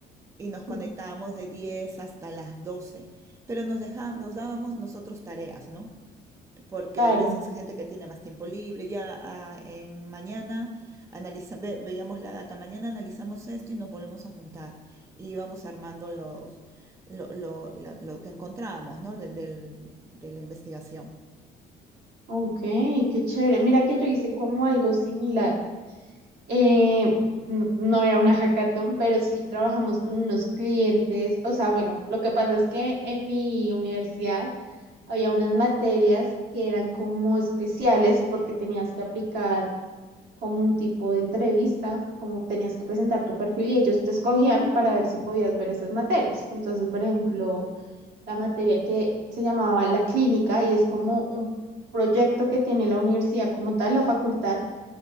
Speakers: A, on the right; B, on the right.
A: y nos
B: <laughs>
A: conectábamos de 10 hasta las doce pero nos dejábamos, nos dábamos nosotros tareas, ¿no? porque
B: claro,
A: hay veces gente que tiene más tiempo libre, ya ah, en mañana analiza, ve- veíamos la data, mañana analizamos esto y nos volvemos a juntar y vamos armando los, lo, lo, lo- lo que encontramos, ¿no? del- del- de la investigación.
B: ok, qué chévere. Mira que yo hice como algo similar. Eh, no, no era una hackathon, pero sí trabajamos con unos clientes. O sea, bueno, lo que pasa es que en mi universidad había unas materias que eran como especiales porque tenías que aplicar como un tipo de entrevista, como tenías que presentar tu perfil y ellos te escogían para ver si podías ver esas materias. Entonces, por ejemplo, la materia que se llamaba la clínica y es como un proyecto que tiene la universidad como tal, la facultad